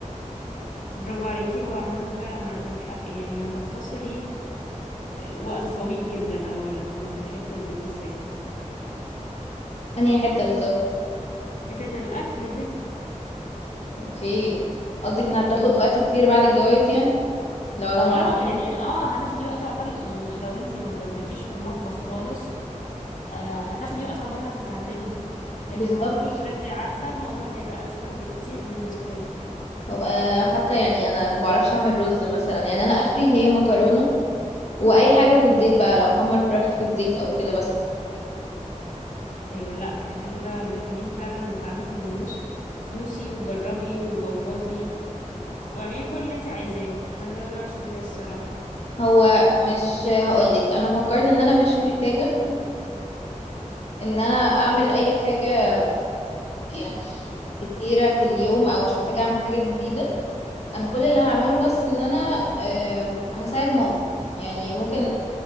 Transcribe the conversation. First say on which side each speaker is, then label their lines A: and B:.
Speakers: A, on the left; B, on the left.
A: برافو عليكي هو عامة فعلا عندك حق يعني هتختصري آه، وقت طويل جدا اولا في ال- في الحتة دي بالذات
B: <laughs> انهي حتة بالظبط
A: حتة الاكل دي
B: اوكي قصدك انها بتاخد
A: ان انت
B: وقت كتير بعد الجواز يعني لو انا معرفش
A: اه
B: ايه
A: يعني اه هتاخدي وقت عقبال يعني لو انت ما ب- مالكيش في المطبخ خالص آه هتاخدي وقت عقبال ما تتعلمي لكن
B: بالظبط
A: لما تكوني اوريدي عارفة الموضوع هيبقى اسهل بكتير بالنسبة لك
B: وابقى حتى يعني انا ما بعرفش اعمل رز مثلا يعني انا اخري هي مكرونة واي حاجه في الزيت بقى لو حمر فراخ في الزيت او كده بس
A: ايوه لا احنا كده محتاجين فعلا نتعلم وندوس دوسي وجربي وبوظي و- واعملي كل اللي انت عايزاه انا ده اللي انا شايفاه الصراحه
B: هو مش هقولك انا فكرت ان انا مش محتاجه ان انا اعمل اي حاجه يعني كتيره في اليوم او مش محتاجه اعمل حاجه جديده انا كل اللي هعمله بس ان انا آم، هساعد ماما يعني ممكن